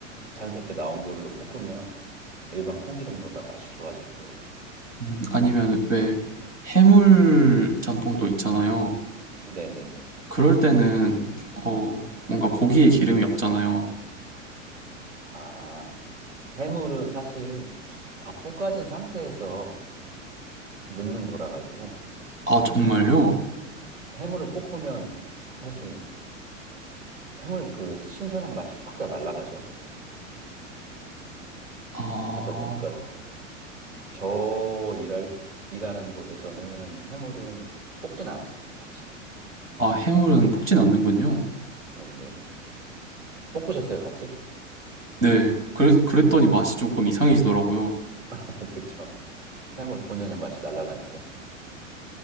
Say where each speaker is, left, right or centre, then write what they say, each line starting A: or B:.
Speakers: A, on the right; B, on the right.
A: 자연스럽게 나온 걸로 볶으면 일반 콩기름보다 맛이 좋아질 거예요.
B: 음, 아니면 왜 해물 짬뽕도 있잖아요.
A: 네네네.
B: 그럴 때는, 어, 뭔가 고기에 기름이 없잖아요.
A: 아, 해물은 사실 다 볶아진 상태에서 넣는 거라 가지고
B: 아, 정말요?
A: 해물을 볶으면 사실 해물 그 신선한 맛이 확 다 날아가죠.
B: 아,
A: 그러다 보니까 저 일할, 일하는 곳에서는 해물은 볶진 않았어요. 같이.
B: 아, 해물은 볶진 않는군요.
A: 네네. 볶으셨어요, 같이?
B: 네. 그래서, 그랬더니 맛이 조금 이상해지더라고요.
A: <laughs> 그쵸. 해물 본연의 맛이 날아가니까.